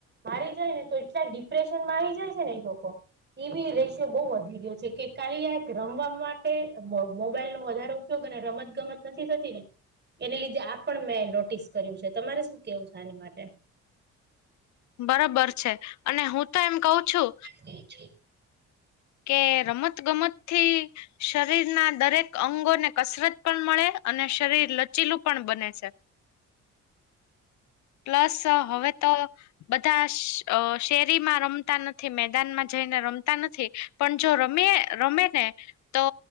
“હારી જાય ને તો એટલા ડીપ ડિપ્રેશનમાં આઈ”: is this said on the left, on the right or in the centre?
Right